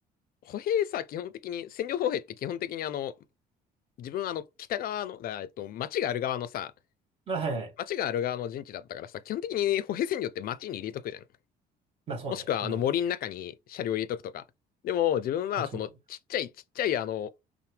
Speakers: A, on the left (about 60°); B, on the right (about 30°).
A: 歩兵さ、基本的に、占領歩兵って基本的にあの、自分あの、北側の、だからえっと、町がある側のさ、
B: いはい。
A: 町がある側の陣地だったからさ、基本的に歩兵占領って町に入れとくじゃん。
B: まあそうね。
A: もしくはあの森の中に車両入れとくとか。
B: そうなるね。
A: でも、自分はその、
B: あ、つもり。
A: ちっちゃいちっちゃいあの、